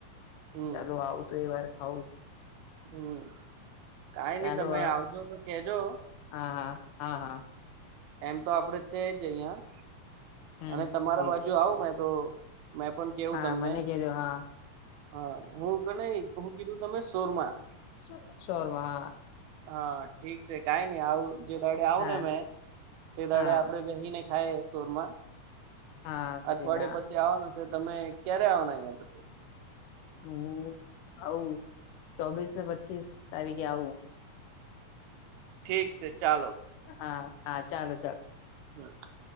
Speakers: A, on the right; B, on the left.
A: હમ.
B: ચાલો આવું તો એ વાર ખાવું.
A: હમ. કાંઈ
B: ચાલો
A: ની, તમે
B: આ
A: આવજો તો કેજો.
B: હા હા હા હા
A: એમ તો આપડે છે જ અહિયાં
B: હમ
A: અને તમારા
B: ઠીક
A: બાજુ
B: છે
A: આવું મે તો. મે પણ. કેવું
B: હા
A: તમને
B: મને કેજો હા.
A: હા હું ક ન હું કીધું તમે સોરમાં.
B: શ શોરમાં.
A: હા ઠીક છે કઈ નઈ આવું જે દાડે આવ
B: હા
A: ને મેં તે દાડે
B: હા
A: આપડે બેહીને. થાયે સોરમાં
B: હા
A: અઠવાડિયે
B: હા
A: પછી આવવાનું. તમે ક્યારે આવવાના અહિયાં પછી.
B: હું આવુ ચોવીશ ને પચીસ તારીખે આવુ.
A: ઠીક છે ચાલો.
B: હા હા ચાલો ચાલ.
A: <unintelligible>